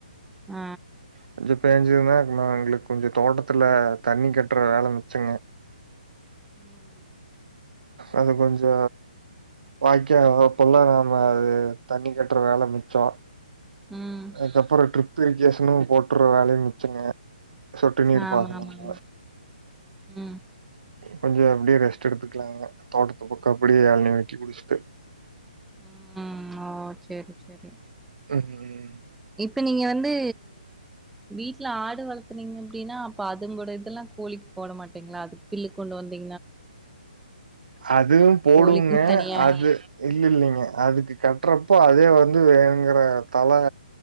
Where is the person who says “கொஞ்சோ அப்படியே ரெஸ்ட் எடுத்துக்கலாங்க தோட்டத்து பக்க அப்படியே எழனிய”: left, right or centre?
Right